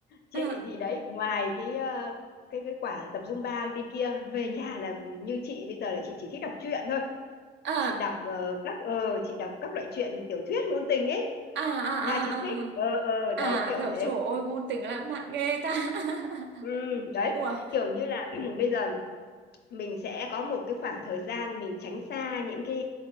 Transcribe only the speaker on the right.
à
à
à à
à
à
À,
dở,
trời ơi, ngôn tình lãng mạn ghê ta. <laughs>
Ủa,